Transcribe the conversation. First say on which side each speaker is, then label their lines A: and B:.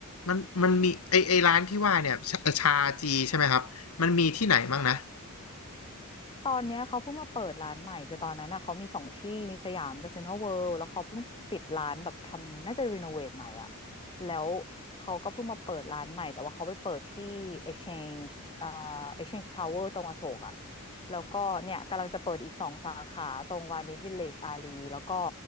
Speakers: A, on the left (about 75°); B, on the left (about 20°).
A: มันมันมีไอไอร้านที่ว่าเนี่ยชาชาจีใช่ไหมครับมันมีที่ไหนบ้างนะ
B: ใช่ ตอนเนี้ยเขาเพิ่งมาเปิดร้านใหม่คือตอนนั้นน่ะเขามีสองที่มีสยามกับเซ็นทรัลเวิลด์แล้วเขาเพิ่งปิดร้านแบบทำน่าจะรีโนเวทใหม่อ่ะแล้วเขาก็เพิ่งมาเปิดร้านใหม่แต่ว่าเขาไปเปิดที่ Exchange อ่า Exchange Tower ตรงอโศกอ่ะแล้วก็เนี่ยกำลังจะเปิดอีกสองสาขาตรงวานิชวิลเลจอารีแล้วก็